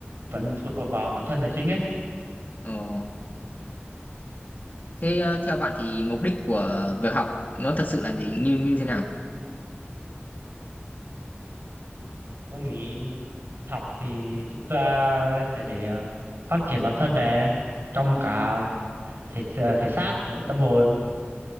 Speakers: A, on the right; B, on the left.
A: vẫn phụ thuộc vào bản thân là chính ấy
B: Ờ. Thế ờ, theo bạn thì mục đích của việc học nó thật sự là gì như như thế nào?
A: Ừ, tôi nghĩ học thì chúng ta sẽ để ờ, phát triển bản thân này trong cả thể thể xác lẫn tâm hồn